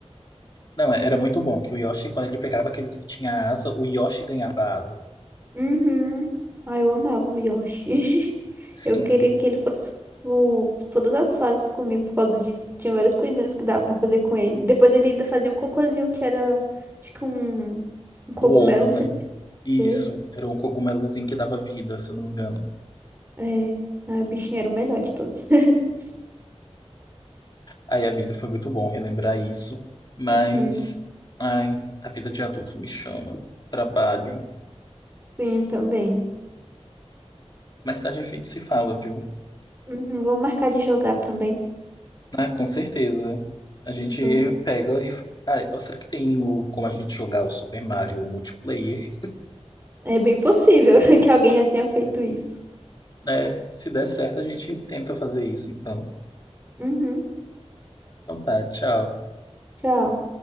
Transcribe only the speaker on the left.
Não, é, era muito bom que o Yoshi, quando ele pegava aqueles que tinha asa, o Yoshi ganhava asa.
Sim,
o ovo,
né?
Isso,
era um cogumelozinho que dava vida, se eu não me engano.
Aí amiga, foi muito bom relembrar isso, mas
ai, a vida de adulto me chama. Trabalho.
Mais tarde a gente se fala, viu?
Ah, com certeza. A gente
pega e. ah será que tem o- como a gente jogar o Super Mario multiplayer?
Né? Se der certo, a gente tenta fazer isso, então.
Então tá, tchau.